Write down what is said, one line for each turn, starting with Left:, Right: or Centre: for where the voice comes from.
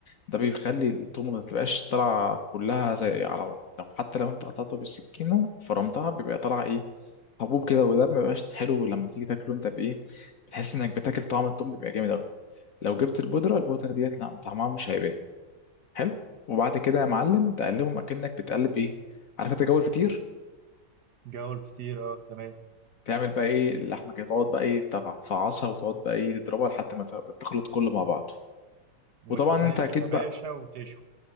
Left: ده بيخلي التوم ما تبقاش طالعة كلها زي على لو حتى لو انت قطعتها بالسكينة فرمتها بيبقى طالع ايه حبوب كده وده ما بيبقاش حلو لما تيجي تاكله انت بايه بتحس انك بتاكل طعم التوم بيبقى جامد قوي لو جبت البودرة البودرة ديت لا طعمها مش هيبان حلو وبعد كده يا معلم تقلبهم اكنك بتقلب ايه عارف انت جو الفطير
Right: جو الفطير اه تمام
Left: تعمل بقى ايه اللحمه كده تقعد بقى ايه تف- تفعصها وتقعد بقى ايه تضربها لحد ما ت- تخلط كله مع بعضه
Right: وتسيخ
Left: وطبعا انت اكيد
Right: يا باشا
Left: بقى
Right: وتشوي